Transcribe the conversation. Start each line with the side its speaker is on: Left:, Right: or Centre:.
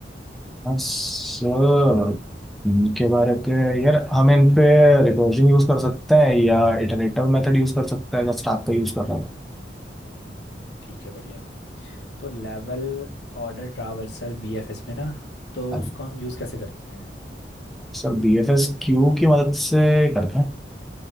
Centre: हाँ, सर इनके बारे पे यार हम इन पे रिकर्जन यूज कर सकते हैं या इटरेटिव मेथड यूज कर सकते हैं अगर स्टार्ट पे यूज कर रहा था
Left: हम्म, ठीक है बढ़िया तो लेवल ऑर्डर ट्रावर्सल बीएफएस में ना तो
Centre: हाँ,
Left: उसको हम यूज़ कैसे कर सकते हैं
Centre: sir B F S queue की मदद से करते हैं